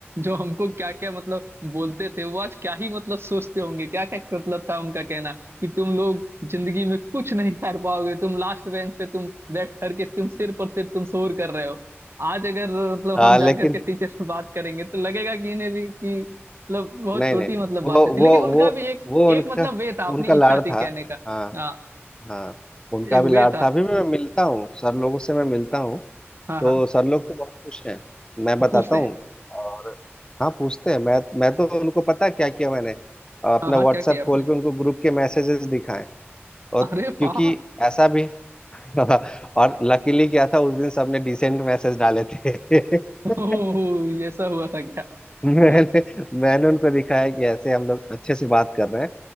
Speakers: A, on the right; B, on the left.
A: जो हमको क्या क्या मतलब बोलते थे वो आज क्या ही मतलब सोचते होंगे क्या क्या मतलब था उनका कहना कि तुम लोग जिंदगी में कुछ नहीं कर पाओगे तुम लास्ट बेंच पे तुम बैठ करके तुम सिर पर सिर तुम शोर कर रहे हो आज अगर मतलब
B: आ,
A: हम जाकर
B: लेकिन
A: के टीचर से बात करेंगे तो लगेगा कि इन्हें भी कि मतलब बहुत
B: नहीं
A: छोटी
B: नहीं
A: मतलब
B: वो
A: बातें
B: वो
A: थी लेकिन उनका
B: वो
A: भी एक
B: वो
A: एक
B: उनका
A: मतलब वे था अपनी
B: उनका लाड़
A: इच्छा
B: था
A: थी कहने का
B: हाँ
A: हाँ,
B: हाँ उनका
A: एक
B: भी
A: वे
B: लाड़
A: था
B: था अभी भी मैं मिलता हूँ सर लोगों से मैं मिलता हूँ
A: हाँ
B: तो
A: हाँ
B: सर लोग तो बहुत खुश हैं मैं
A: वो
B: बताता
A: पूछते
B: हूँ
A: हैं
B: और हाँ पूछते हैं मैं मैं तो उनको पता है क्या किया मैंने अपना
A: हाँ हाँ
B: व्हाट्सएप
A: क्या किया आपने
B: खोल के उनको ग्रुप के मैसेजेस दिखाए और
A: अरे
B: क्योंकि
A: वाह
B: ऐसा भी <laughs> और लकीली क्या था उस दिन सबने डिसेंट मैसेज डाले थे
A: ओह
B: <laughs>
A: ये ऐसा हुआ था क्या
B: मैंने
A: हाँ,
B: मैंने उनको दिखाया कि ऐसे हम लोग अच्छे से बात कर रहे हैं